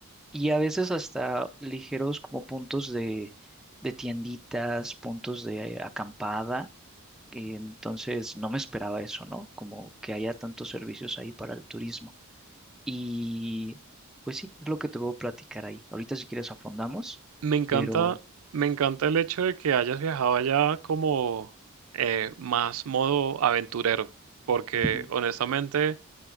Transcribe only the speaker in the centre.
y a veces hasta ligeros como puntos de, de tienditas, puntos de eh, acampada y entonces no me esperaba eso, ¿no? Como que haya tantos servicios ahí para el turismo. Y pues sí, es lo que te voy a platicar ahí. Ahorita si quieres afondamos,
pero
ujú,